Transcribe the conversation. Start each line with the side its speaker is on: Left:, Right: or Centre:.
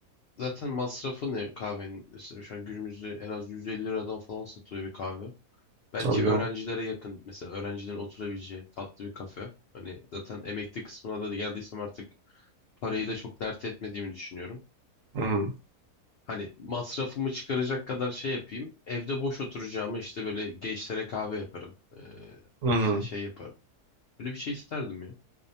Left: zaten masrafı ne kahvenin? Mesela şu an günümüzde en az 150 liradan falan satılıyor bir kahve. Belki
Right: Tabii canım.
Left: öğrencilere yakın. Mesela öğrencilerin oturabileceği tatlı bir kafe. Hani zaten emekli kısmına da geldiysem artık parayı da çok dert etmediğimi düşünüyorum.
Right: Hı hı.
Left: Hani masrafımı çıkaracak kadar şey yapayım. Evde boş oturacağımı işte böyle gençlere kahve yaparım. Ee,
Right: Hı hı.
Left: işte şey yaparım. Böyle bir şey isterdim ya.